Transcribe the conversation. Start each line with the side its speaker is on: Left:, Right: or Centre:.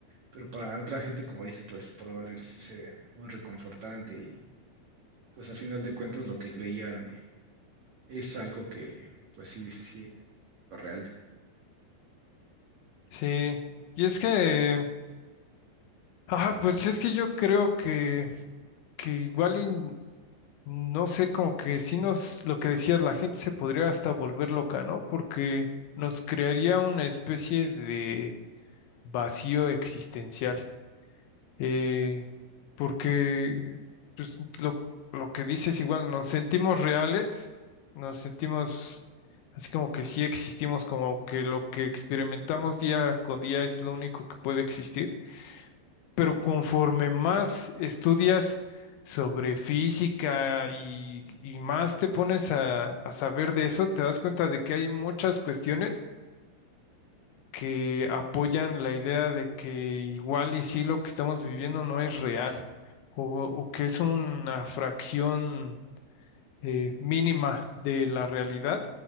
Right: pero para otra gente, como dices, pues probablemente sí sería muy reconfortante y pues a final de cuentas lo que creían es algo que pues sí, sí, es real.
Left: Sí, y es que, ah, pues es que yo creo que, que igual y n- no sé, como que si nos, lo que decías, la gente se podría hasta volver loca, ¿no? Porque nos crearía una especie de vacío existencial. eh, porque, pues, lo, lo que dices igual, nos sentimos reales, nos sentimos así como que sí existimos, como que lo que experimentamos día con día es lo único que puede existir. pero conforme más estudias sobre física y, y más te pones a, a saber de eso, te das cuenta de que hay muchas cuestiones que apoyan la idea de que igual y sí lo que estamos viviendo no es real o, o que es una fracción eh, mínima de la realidad